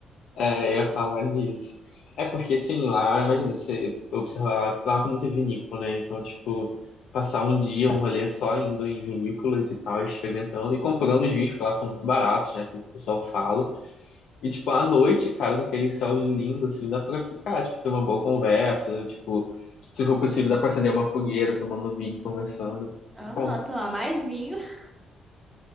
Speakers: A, on the left; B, on the right.
A: É, eu ia falar disso. É porque, assim, lá, imagina, você observar, lá tem muita vinícola, né? Então, tipo, passar um dia, um rolê só indo em vinícolas e tal, experimentando e comprando os vinhos, porque lá são muito baratos, né? Como o pessoal fala. E, tipo, à noite, cara, com aquele céu lindo, assim, dá pra ficar, tipo, ter uma boa conversa, tipo, se for possível, dá pra acender uma fogueira, tomando vinho, conversando.
B: Aham,
A: Bom,
B: tomar mais vinho, <laughs>